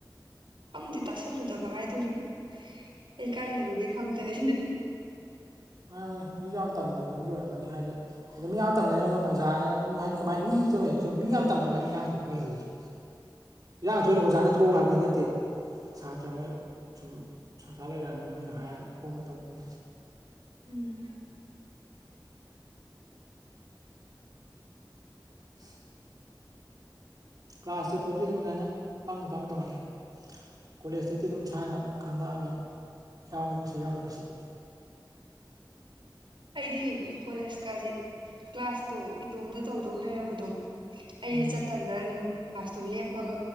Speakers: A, on the right; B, on the right.
A: ꯈꯪꯗꯦ ꯇꯥꯁꯜꯂꯨꯗꯕ ꯍꯥꯏꯗꯣꯢꯔ ꯑꯩ ꯀꯥꯏ ꯂꯩ ꯔꯨꯒꯦ ꯈꯪꯗꯦ ꯍꯥꯏꯁꯤꯅꯤ ꯑꯩꯅ
B: ꯃꯥꯅꯤ ꯃꯥꯅꯤ ꯃꯤꯁꯨ ꯌꯥꯝ ꯇꯝꯗꯕꯒꯤꯁꯨ ꯑꯣꯏꯔꯝꯒꯅꯤ ꯍꯥꯏꯗꯤ ꯑꯗꯣ ꯃꯤ ꯌꯥꯝ ꯇꯝꯗꯅ ꯑꯗꯨꯝ ꯑꯣꯖꯥꯅ ꯑꯗꯨꯝ ꯍꯥꯏꯗꯤ ꯀꯃꯥꯏꯅ ꯃꯤ ꯆꯨꯝꯅꯩ ꯃꯤ ꯌꯥꯝ ꯇꯝꯃꯒꯅꯤ ꯏꯔꯥꯡ ꯊꯣꯛꯄ ꯍꯦꯜꯂꯤꯗꯨꯁꯨ ꯏꯔꯥꯡ ꯊꯣꯛꯏꯗꯣ ꯑꯣꯖꯥꯅ ꯊꯣꯛꯎ ꯍꯥꯏꯕꯗꯤ ꯅꯠꯇꯦꯕ ꯁꯥꯇ꯭ꯔ ꯃꯣꯏ ꯁꯨꯝ ꯁꯪꯁꯥꯔ ꯂꯩꯔꯛꯑꯕꯅꯤꯅ ꯃꯣꯏꯅ ꯍꯥꯏꯔ ꯈꯣꯡꯃ ꯇꯧꯕꯅꯤ
A: ꯎꯝ
B: <inaudible> ꯀ꯭ꯂꯥꯁ ꯇꯨꯌꯦꯞ ꯐꯥꯎꯗꯤ ꯑꯗꯨꯝ ꯑꯗꯥꯏꯅ ꯄꯥꯡꯅ ꯄꯥꯡꯅ ꯇꯝꯃꯛꯀꯦ ꯀꯣꯂꯦꯖꯇꯩꯗꯤ ꯑꯗꯨꯝ ꯏꯁꯥꯅ ꯈꯪꯉꯛꯑꯕꯅꯤꯅ ꯌꯥꯎꯒꯦ ꯀꯨꯁꯤ ꯌꯥꯎꯔꯣꯏ ꯀꯨꯁꯤ <inaudible>
A: ꯑꯩꯗꯤ ꯀꯣꯂꯦꯖꯀꯥꯁꯦ ꯀ꯭ꯂꯥꯁꯇꯣ ꯏꯇꯣꯝꯇ ꯇꯧꯗꯧ ꯂꯩꯔꯕꯗꯣ ꯑꯩ
B: ꯎꯝ
A: ꯆꯠꯇꯕꯗ ꯑꯗꯨꯝ ꯀꯥꯂꯁꯇꯣ ꯂꯦꯞꯄꯒ